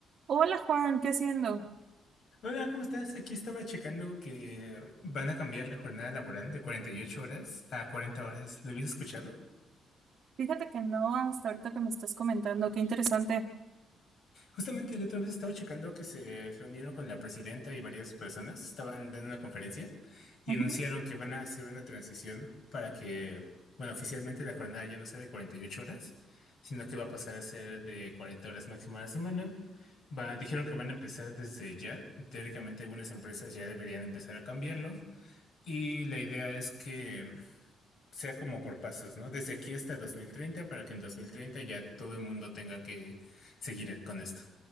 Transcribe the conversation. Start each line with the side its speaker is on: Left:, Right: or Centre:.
Right: Hola Juan, ¿qué haciendo?
Left: Hola, ¿cómo estás? Aquí estaba checando que van a cambiar la jornada laboral de 48 horas a 40 horas. ¿Lo habías escuchado?
Right: Fíjate que no, hasta ahorita que me estás comentando, qué interesante.
Left: Justamente la otra vez estaba checando que se reunieron con la presidenta y varias personas, estaban dando una conferencia y
Right: Ujú.
Left: anunciaron que van a hacer una transición para que, bueno, oficialmente la jornada ya no sea de 48 horas, sino que va a pasar a ser de 40 horas máximo a la semana. Va- dijeron que van a empezar desde ya. Teóricamente algunas empresas ya deberían empezar a cambiarlo. Y la idea es que sea como por pasos, ¿no? Desde aquí hasta 2030 para que en 2030 ya todo el mundo tenga que seguir con esto.